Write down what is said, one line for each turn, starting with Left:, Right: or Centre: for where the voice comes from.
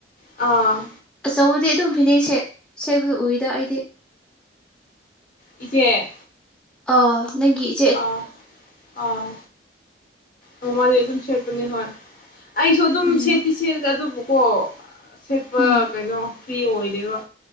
Left: ꯑꯥ
Centre: ꯑꯆꯧꯕꯗꯤ ꯑꯗꯨꯝ ꯐꯤꯅꯦꯛ ꯁꯦꯠ ꯁꯦꯠꯄ ꯎꯏꯗ ꯑꯩꯗꯤ
Left: ꯏꯆꯦ
Centre: ꯑꯥ ꯅꯪꯒꯤꯠ
Left: ꯑꯥ ꯑꯥ ꯃꯃ ꯑꯗꯨꯝ ꯁ ꯅꯤ ꯍꯣꯏ ꯑꯩꯁꯨ ꯑꯗꯨꯝ
Centre: ꯎꯝ
Left: ꯁꯦꯠꯇꯤ ꯁꯦꯠꯂ ꯑꯗꯨꯕꯨꯀꯣ ꯁꯦꯠꯄ
Centre: ꯎꯝ
Left: ꯀꯩꯅꯣ ꯐꯤ ꯑꯣꯏꯗꯕ